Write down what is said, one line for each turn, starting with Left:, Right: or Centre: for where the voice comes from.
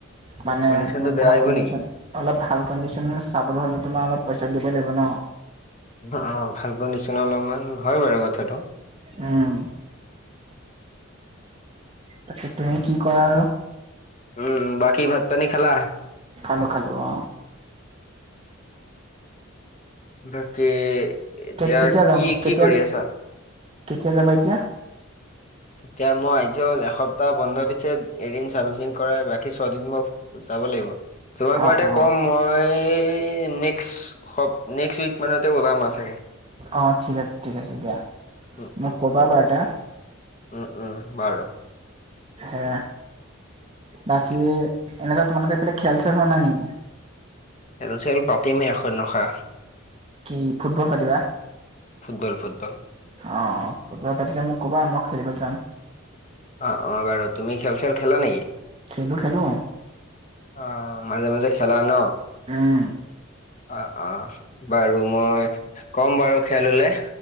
Right: মানে
Left: কণ্ডিচনটো
Right: ইমান
Left: বেয়া
Right: ভাল
Left: আহিব
Right: কণ্ডিচন
Left: নেকি?
Right: অলপ ভাল কণ্ডিছনৰ চাবলৈ হ'লে তোমাৰ অলপ পইচা দিব লাগিব ন।
Left: উম অ ভাল কণ্ডিচনৰ অলপমান হয় বাৰু কথাটো।
Right: উম তাকে তুমি কি কৰা
Left: উম বাকী ভাত পানী খালা
Right: খালো খালো অ।
Left: বাকী এতিয়া
Right: কে কেতিয়া যাম
Left: কি
Right: কেতিয়া
Left: কি কৰি আছা
Right: কেতিয়া যাবা এতিয়া
Left: এতিয়া মই আহিছো এসপ্তাহ বন্ধ দিছে এদিন চাৰ্ভিচিং কৰাই বাকী ছয়দিন মোক যাব লাগিব তোমাক
Right: অ
Left: বাৰু এতিয়া
Right: অ
Left: কম মই নেক্স সপ নেক্সট উইক মানতে ওলাম আৰু চাগে।
Right: অ ঠিক আছে ঠিক আছে দিয়া
Left: উম,
Right: মোক
Left: উম,
Right: ক'বা বাৰু এতিয়া
Left: উম উম বাৰু।
Right: এ বাকী
Left: তাকে।
Right: এনেকুৱা তোমালোকে এইফালে খেল চেল হোৱা নাই নেকি
Left: খেল চেল পাতিম হে এখন ৰখা।
Right: কি ফুটবল পাতিবা
Left: ফুটবল ফুটবল।
Right: অ অ ফুটবল পাতিলে মোক ক'বা মই খেলিবলৈ যাম।
Left: অ অ বাৰু তুমি খেল চেল খেলা নেকি?
Right: খেলো খেলো
Left: অ মাজে মাজে খেলা ন
Right: উম
Left: অ অ বাৰু মই কম বাৰু খেল হলে